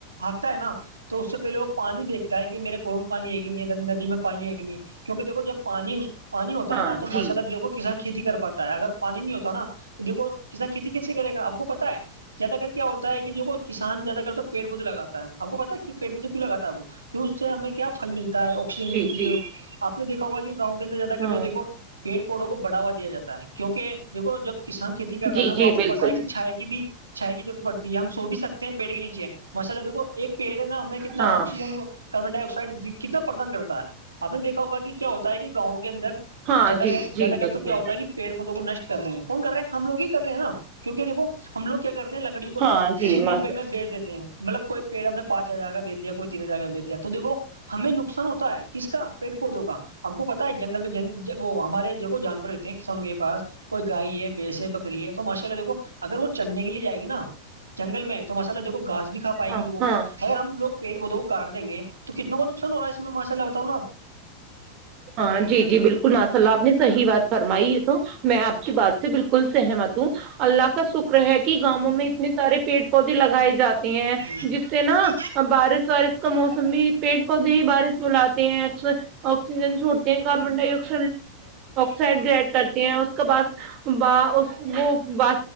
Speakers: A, on the right (about 75°); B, on the right (about 40°).
A: ہھکتا ہے نا تو اس سے پہلے وہ پانی دیکھتا ہے کہ میرے کونو میں پانی ہے کہ نہیں ندی میں پانی ہے کہ نہیں کیک دیکھو جب پانی پانی ہوتا
B: ہاں
A: ہے نا تو
B: جی
A: مسلب دیکھو کسان کھیتی کر پاتا ہے اگر پانی نہیں ہوتا نا تو دیکھو کسان کھیتی کیسے کرے گا آپ کو پت ہے اگر کیا ہوتا ہے کہ جو کوئی کسان زیادہ کرتا ہے پیٹ کو تو لگاتا ہے, اپ کو پتہ ہے پیٹ میں تو کیوں لگاتا ہے اپ کو- کہ اس سے ہمیں کیا پل ملتا ہے آکسیجن
B: جی
A: ملتی
B: جی
A: ہے آپ نے دیکھا ہوگا کہ گاؤں کے اندر زیادہ کر
B: ہاں
A: دو دیکو- پیڑ پڑوں کو بڑھوا دیا جاتا ہے کیونکہ دیکھو جب کسان کے- کھیتی کرتا
B: جی
A: ہے نا
B: جی
A: تو آپ کو
B: بالکل
A: پتا ہے کہ چھائے کی بھی- چائے کی ضرورت پڑتی ہے ہم سو بھی سکتے ہیں میڈی کے نیچے ماشاءاللہ دیکھو ایک پیڑے نا ہمیں کتنا-
B: ہاں
A: کاربن ڈائی آکسائڈ کتنا پردان کرتا ہے آپ نے دیکھا ہوگ کہ کیا ہوتا ہے کہ گاؤں کے اندر
B: ہاں
A: <unintelligible>
B: جی جی بالکل
A: کہ پیڑ پودوں کو نشٹ کر رہے ہیں کون کر رہ ہیں ہم لوگ ہی کر رہے ہیں نا کیونکہ دیکو ہم لگ کیا کرتے ہیں لگ ڑی کو
B: ہاں جی
A: جن
B: ماشا
A: روپے میں بیچ دیتے ہیں مطلب کوئی پیڑ ہم نے پانچ ہزار کا بھی دیا کوئی تین ہزار بھیج دیا تو دیکو ہمیں نقصان ہوتا ہے، کس کا پیڑ پودوں کا- ہم کو پت ہے جنگل میں وہ ہمارے ج جانور? کسانوں کے پاس کوئی گائے ہے بیس بکری ہے تو ماشاء اللہ دیکو اگر وہ چڑھنے کے لیے جائے گی نا- جنگل میں تو ماشاءاللہ دیکھو گاز بھی کھا پائے
B: ہاں
A: گی وہ
B: ہاں
A: اگر ہم لوگ- کاٹ دیں گے تو کتنےوں کا نقصان ہو رہا ہے اس میں ماشاء اللہ بتاؤں نا آپ-
B: ہاں جی- جی بالکل ماسا اللہ، آپ نے صحی بات- فرمائیے تو میں آپ کی بات سے بالکل سہمت ہوں- اللہ کا شکر ہے کہ گاؤں میں اتنے سارے پیڑ پودے لگائے جاتے ہیں-
A: اس
B: جس سے نا بارش وارش کا موسم بھی پیڑ پودے ہی بارش بلاتے ہیں اکثر- آکسیجن چھوٹتے ہیں کاربن ڈائیکس سڈ گڈ کرتے ہیں اس کے بعد وہ-